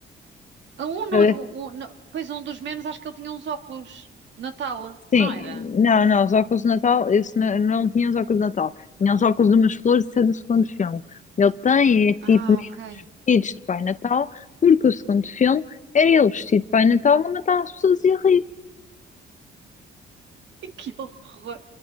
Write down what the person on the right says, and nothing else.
Um, não,
o- o- não- pois um dos memes, acho que ele tinha uns óculos. Natal,
não era?
Ah,
ok.
Que horror!